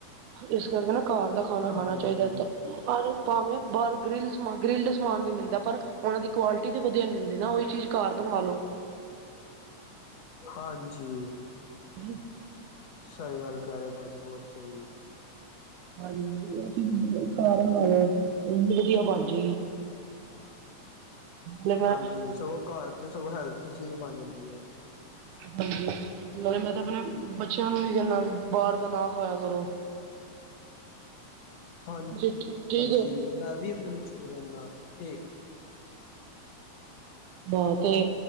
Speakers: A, on the right; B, on the left.
A: ਇਸ ਕਰਕੇ ਨਾ ਘਰ ਦਾ ਖਾਣਾ ਖਾਣਾ
B: ਹਾਂਜੀ
A: ਚਾਹੀਦਾ ਭਾਵੇਂ ਬਾਹਰ ਗਰਿਲ। ਗ੍ਰਿਲਡ ਸਮਾਨ ਵੀ ਮਿਲਦਾ ਪਰ ਉਹਨਾ ਦੀ ਕੁਆਲਿਟੀ ਤੇ ਵਧੀਆ ਮਿਲਦੀ ਨਾ ਉਹ ਹੀ ਚੀਜ਼ ਘਰ ਬਣਾ। ਹੈਲੋ।
B: ਹਾਂਜੀ।
A: ਜ
B: ਸਹੀ ਗੱਲ ਕਹਿ ਰਹੇ ਹੋ, ਭਾਜੀ ਬਹੁਤ ਸਹੀ ਹੈ।
A: ਹਾਂਜੀ, ਉਹ ਘਰ ਬਣਾ ਲਓ ਇੰਨੀ ਵਧੀਆ ਬਣ ਜਾਏਗੀ। ਨਾਲੇ ਮੈਂ
B: ਹਾਂਜੀ, ਸਗੋਂ ਘਰ ਚ ਸਗੋਂ ਹੈਲਥੀ ਚੀਜ਼ ਬਣ ਜਾਂਦੀ ਹੈ।
A: ਹਾਂਜੀ ਨਾਲੇ ਮੈਂ ਤਾਂ ਆਪਣੇ ਬੱਚਿਆਂ ਨੂੰ ਵੀ ਕਹਿੰਦਾ ਵੀ ਬਾਹਰ ਦਾ ਨਾ ਖਵਾਇਆ ਕਰੋ।
B: ਹਾਂ,
A: ਜੀ ਠੀ ਠੀਕ
B: ਹਾਂਜੀ,
A: ਹੋ
B: ਮੈਂ ਵੀ ਆਪਣੇ ਬੱਚੇ ਨੂੰ ਕਹਿੰਦਾ ਤੇ।
A: ਬਹੁਤ ਏ।